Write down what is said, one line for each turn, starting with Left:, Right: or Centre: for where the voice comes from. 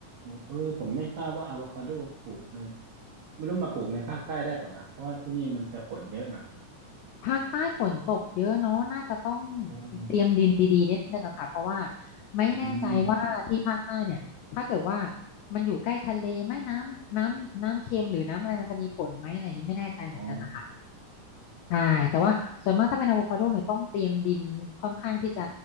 Right: เออผมไม่ทราบว่าอะโวคาโดปลูกในไม่รู้มาปลูกในภาคใต้ได้เปล่านะเพราะว่าที่นี่มันจะฝนเยอะหน่อย
Left: ภาคใต้ฝนตกเยอะเนาะน่าจะต้อง
Right: เออ
Left: เตรียมดินดีๆนิดนึงอะค่ะเพราะว่าไม่แน่ใจว่าที่ภาคใต้เนี่ยถ้าเกิดว่า
Right: อืม
Left: มันอยู่ใกล้ทะเลไหม่น้ำน้ำน้ำเค็มหรือน้ำอะไรมันจะมีผลไหมอะไรอย่างนี้ไม่แน่ใจเหมือนกันนะคะ
Right: อ๋อ
Left: ใช่แต่ว่าส่วนมากถ้าเป็นอะโวคาโดเนี่ยต้องเตรียมดินค่อนข้างที่จะ
Right: อื